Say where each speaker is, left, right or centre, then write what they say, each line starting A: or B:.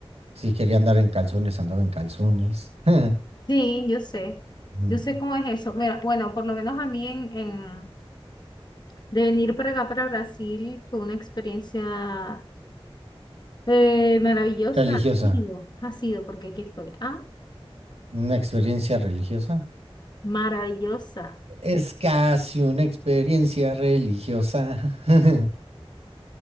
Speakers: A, on the right (about 80°); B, on the left (about 45°).
A: Si quería andar en calzones, andaba en calzones. <laughs>
B: Sí, yo sé.
A: Mm,
B: Yo sé cómo es eso. Mira, bueno, por lo menos a mí en, en- de venir para acá, para Brasil, fue una experiencia eh, maravillosa.
A: Religiosa,
B: Ha sido, ha sido, porque aquí estoy. Ah,
A: una experiencia religiosa.
B: maravillosa.
A: Es casi una experiencia religiosa. <laughs>